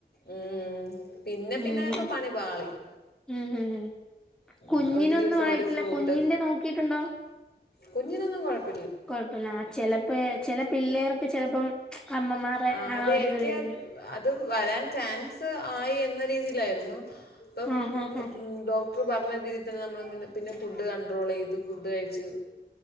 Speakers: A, on the left; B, in the centre.
A: ഉം. പിന്നെ
B: ഹ്
A: പിന്നെ
B: ഹ്
A: ഇപ്പം പണി പാളി
B: ഹ് ഹ് ഹ് ഉം ഉം ഉം ഉം
A: ഉം
B: കുഞ്ഞിനൊന്നും
A: ഒരു ദിവസം
B: ആയിട്ടില്ല
A: ഒരു ഫ്രൂട്ട്
B: കുഞ്ഞിന്റെ നോക്കീട്ടുണ്ടോ
A: കുഞ്ഞിനൊന്നും കുഴപ്പ്
B: കുഴപ്പില്ല ചെലപ് ഇപേ ചെല പിള്ളേർക്ക് ചെലപ്പം അമ്മമാരെ
A: ആ അതെ
B: ഒരിത്
A: എനിക്ക്
B: വരുന്നു
A: അത് വരാൻ ചാൻ- സ്ആയി എന്ന രീതിയിലായിരുന്നു ഇപ്പം
B: ആഹ് ആഹ്
A: ഉം
B: ആഹ്
A: ഡോക്ടർ പറഞ്ഞ രീതി <unintelligible> നമ്മള് പിന്നെ ഫുഡ് കണ്ട്രോൾ ചെയ്ത് ഫുഡ്ഡ് കഴിച്ചു